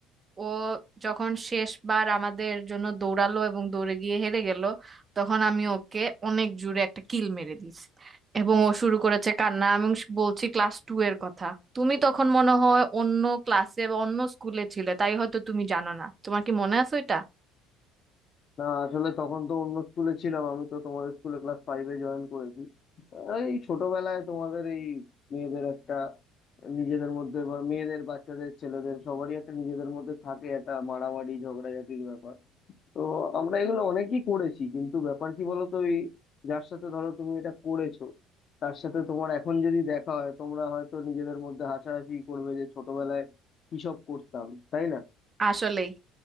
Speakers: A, on the right (about 30°); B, on the left (about 45°).
A: ও যখন শেষবার আমাদের জন্য দৌড়ালো এবং দৌড়ে গিয়ে হেরে গেল তখন আমি ওকে অনেক জোরে একটা কিল মেরে দিয়েছি এবং ও শুরু করেছে কান্না এবং বলছি ক্লাস টু এর কথা তুমি তখন মনে হয় অন্য ক্লাসে বা অন্য স্কুলে ছিলে তাই হয়তো তুমি জানো না তোমার কি মনে আছে এটা
B: না আসলে তখন তো অন্য স্কুলে ছিলাম আমি তো তোমাদের স্কুলে ক্লাস ফাইভে জয়েন করেছি এই ছোটবেলায় তোমাদের এই মেয়েদের একটা নিজেদের মধ্যে বা মেয়েদের বাচ্চাদের ছেলেদের সবারই একটা নিজেদের মধ্যে থাকে একটা মারামারি ঝগড়াঝাটির ব্যাপার তো আমরা এগুলো অনেকই করেছি কিন্তু ব্যাপার কি বলতো ওই যার সাথে ধরো তুমি এটা করেছো তার সাথে তোমার এখন যদি দেখা হয় তোমরা হয়তো নিজেদের মধ্যে হাসাহাসি করবে যে ছোটবেলায় কি সব করতাম তাই না
A: আসলেই